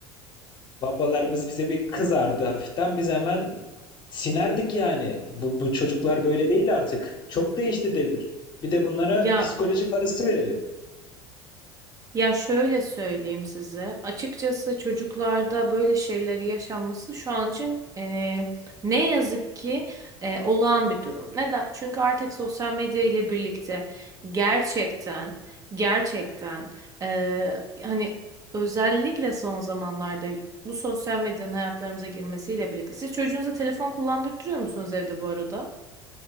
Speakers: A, on the left; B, on the right.
A: babalarımız bize bir kızardı hafiften biz hemen sinerdik yani. Bu, bu çocuklar böyle değil artık. Çok değişti devir. Bir de bunlara
B: ya
A: psikoloji parası verelim.
B: Ya şöyle söyleyeyim size. Açıkçası çocuklarda böyle şeyleri yaşanması şu an için eee, ne yazık ki eee, olağan bir durum. Neden? Çünkü artık sosyal medya ile birlikte gerçekten gerçekten eee, hani özellikle son zamanlarda bu sosyal medyanın hayatlarımıza girmesiyle birlikte. Siz çocuğunuza telefon kullandırtıyor musunuz evde bu arada?